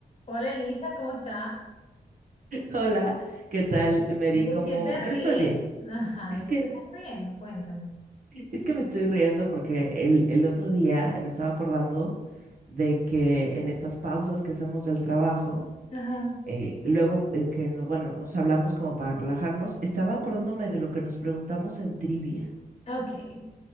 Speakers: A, on the left; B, on the right.
A: Hola Elisa, ¿cómo estás?
B: Hola, ¿qué tal, Mary?
A: ¿De
B: Como
A: qué te ríes?
B: yo estoy bien.
A: Ajá,
B: Es
A: ¿de
B: que,
A: qué te estás riendo? Cuéntame.
B: es que me estoy riendo porque el, el otro día me estaba acordando de que en estas pausas que hacemos del trabajo,
A: Ajá.
B: eh, luego eh, que nos, bueno, nos hablamos como para relajarnos, estaba acordándome de lo que nos preguntamos en trivia.
A: Ok.